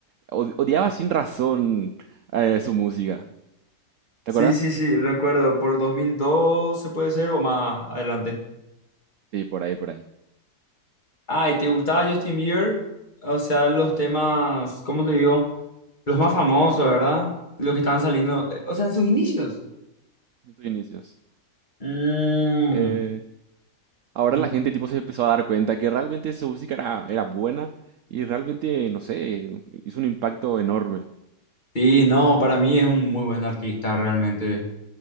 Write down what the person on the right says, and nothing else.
od- odiaba sin razón eh, su música. ¿Te
acordás?
Sí, por ahí, por ahí.
En tus inicios.
Eh, ahora
la gente, tipo, se empezó a dar cuenta que realmente su música era, era buena y realmente, no sé, hizo un impacto enorme.